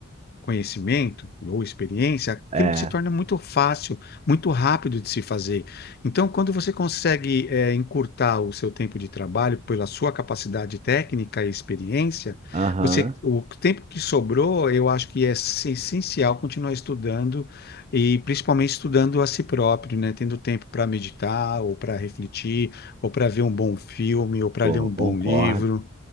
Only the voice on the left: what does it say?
conhecimento ou experiência, aquilo
que se torna muito fácil, muito rápido de se fazer. Então, quando você consegue eh, encurtar o seu tempo de trabalho pela sua capacidade técnica e experiência,
você, o tempo que sobrou, eu acho que é ess- essencial continuar estudando e principalmente estudando a si próprio, né? Tendo tempo para meditar ou para refletir ou para ver um bom filme ou para
ler um
bom livro,